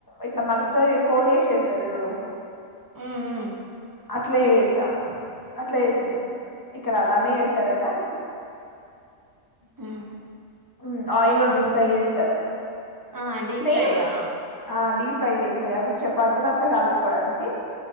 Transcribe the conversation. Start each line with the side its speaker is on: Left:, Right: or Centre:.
Left: ఇట్లా మడత ఫోల్డ్ చేసేస్తారు చూడు
Right: ఉ ఉమ్
Left: అట్లే చేసాం అట్లా చేసింది ఇక్కడ అలానే చేసారట
Right: హుం
Left: ఉమ్ ఆయిల్ డీప్ ఫ్రై చేస్తారు
Right: ఆ డీప్
Left: సేమ్
Right: ఫ్రైవా
Left: ఆ డిఫ్ ఫ్రై చేసాయి అవి చపాతీలు అట్లా కాల్చుకోవడానికి